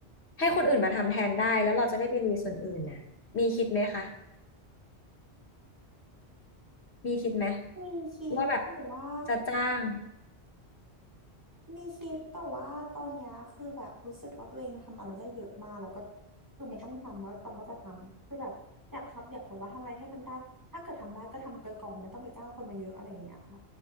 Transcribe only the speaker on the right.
มีคิดหรือว่า
มีคิดแต่ว่าตอนเนี้ยคือแบบรู้สึกว่าตัวเองทำอะไรได้เยอะมากแล้วก็คือมันต้องทำแล้วตองก็จะทำคือแบบอยากทบอยากแบบว่าทำอะไรให้มันได้ถ้าเกิดทำได้ก็ทำไปก่อนไม่ต้องไปจ้างคนมาเยอะอะไรอย่างเงี้ยค่ะ